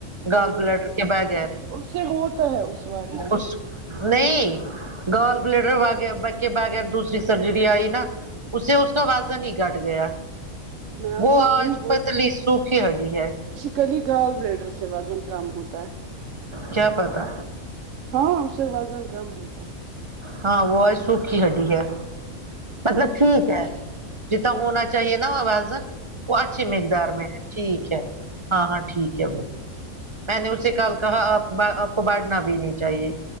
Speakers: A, on the right; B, on the right.
A: ہاں
B: گال
A: وہ
B: بلیڈر
A: ریڈیشن
B: کے بغیر
A: ہو اس سے ہوتا ہے اس والی سے
B: اس نہیں گرل بلیڈر وغ بغیر دوسری سرجری آئی نا اسے اس تو وازن ہی گٹ گیا
A: میں آپ
B: وہ
A: کو وہی
B: آج پتلی سوکھی ہڈی ہے
A: کلی گال رڈر سے وزن کم ہوتا ہے
B: ج پتا
A: ہاں اس سے وزن کم ہوتا ہے
B: ہاں وہ آج سوکھی ہڈی ہے مطلب ٹھیک ہے جتنا ہونا چاہیے نا آوازن وہ اچھی مقدار میں ہے ٹھیک ہے ہاں ہاں ٹھیک ہے وہ میں نے اس سے کل کہا آپ آپ کو بانٹنا بھی نہیں چاہیے